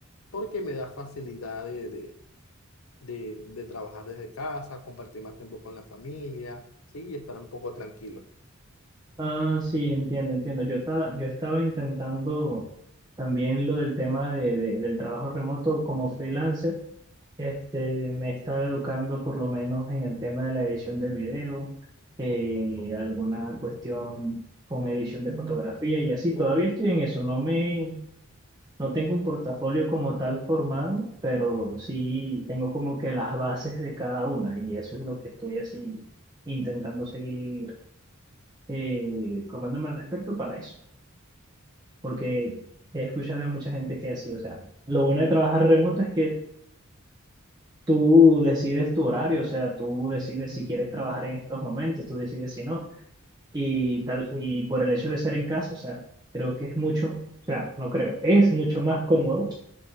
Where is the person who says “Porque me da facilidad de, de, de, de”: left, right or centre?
Left